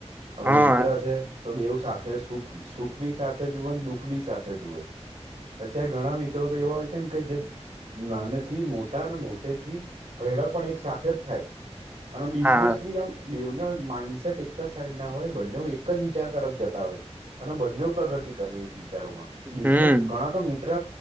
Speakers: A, on the right; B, on the right.
A: હવે
B: હા
A: મિત્ર છે. તો બેવું સાથે સુખ સુખ બી સાથે જુવે ને દુખ બી સાથે જુએ. અત્યારે ઘણા મિત્રો તો એવા હોય છે ને કે જે નાને થી મોટા અને મોટે થી ગયડા પણ એક સાથે જ થાય અને બિઝનેસ
B: હા
A: બી આમ બેવના માઇન્ડસેટ એક જ સાઈડ ના હોય બંને એક જ વિચાર તરફ જતા હોય. અને બંને પ્રગતિ કરે વિચારોમાં બિઝનેસ
B: હમ
A: ઘણા તો મિત્ર